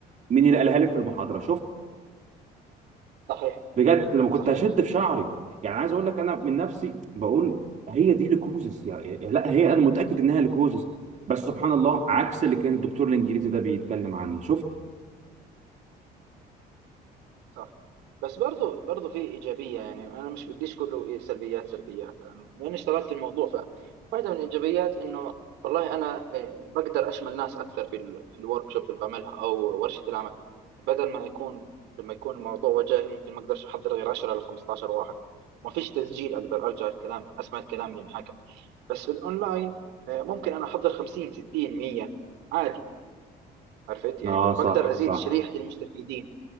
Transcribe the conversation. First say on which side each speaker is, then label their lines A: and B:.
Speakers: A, on the right; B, on the right.
A: من اللي قالها لي في المحاضرة
B: <laughs> صحيح
A: بجد لما كنت
B: صحيح
A: هشد في شعري يعني عايز اقول لك انا من نفسي بقول هي دي ليكوزس يا يا- لا هي انا متاكد انها ليكوزس بس سبحان الله عكس اللي كان الدكتور الانجليزي ده بيتكلم عنه شفت
B: صح بس برضو برضو في ايجابيه يعني انا مش بديش كله إيه سلبيات سلبيات لان اشتغلت في الموضوع فواحده من الايجابيات انه والله انا إيه، بقدر اشمل ناس اكثر في ال- في الورك شوب اللي بعملها او ورشه العمل بدل ما يكون لما يكون الموضوع وجاهي ممكن ما اقدرش احضر غير 10 ل 15 واحد ما فيش تسجيل اقدر ارجع الكلام اسمع الكلام اللي انحكى بس في الاونلاين إيه، ممكن انا احضر 50 60 100 عادي عرفت يعني
A: اه
B: ب-
A: صح
B: بقدر ازيد
A: صح
B: شريحه المستفيدين